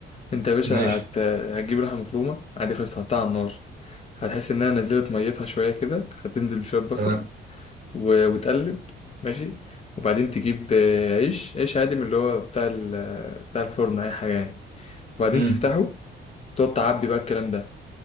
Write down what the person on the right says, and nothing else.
ماشي
تمام
امم